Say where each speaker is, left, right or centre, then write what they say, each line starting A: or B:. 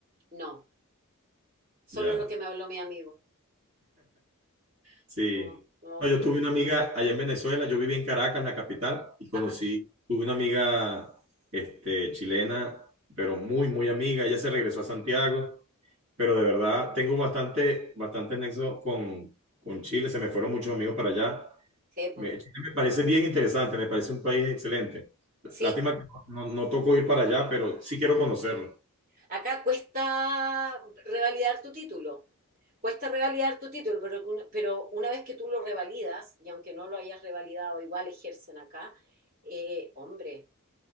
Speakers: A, on the right; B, on the right.
A: No, solo
B: Ya.
A: lo que me habló mi amigo.
B: Sí.
A: No, no,
B: No, yo
A: que,
B: tuve una amiga allá en Venezuela, yo viví en Caracas, la capital, y conocí,
A: ajá,
B: tuve una amiga este, chilena, pero muy, muy amiga. Ella se regresó a Santiago, pero de verdad tengo bastante, bastante nexo con, con Chile. Se me fueron muchos amigos para allá.
A: sí, pues,
B: Me, Chile me parece bien interesante, me parece un país excelente.
A: sí,
B: Lástima que no, no no tocó ir para allá, pero sí quiero conocerlo.
A: Acá cuesta revalidar tu título. Cuesta revalidar tu título, pero, pero una vez que tú lo revalidas, y aunque no lo hayas revalidado, igual ejercen acá, eh, hombre,